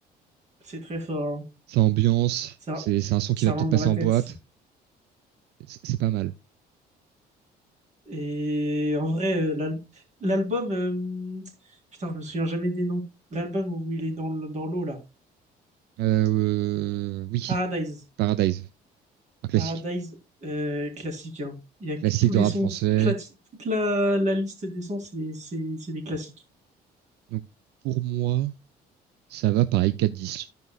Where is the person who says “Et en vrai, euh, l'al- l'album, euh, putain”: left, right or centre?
Right